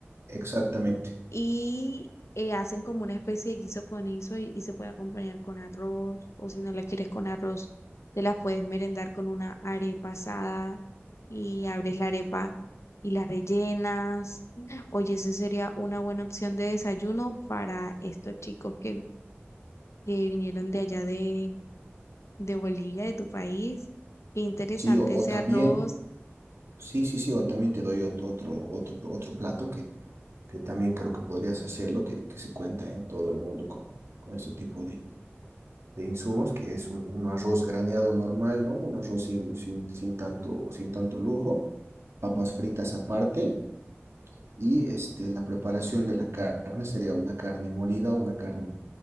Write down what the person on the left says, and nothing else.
y eh, hacen como una especie de guiso con eso y, y se puede acompañar con arroz o si no la quieres con arroz, te la puedes merendar con una arepa asada y abres la arepa y la rellenas. Oye, esa sería una buena opción de desayuno para estos chicos que, que vinieron de allá de, de Bolivia, de tu país. Qué interesante
ese
arroz.
Ujú,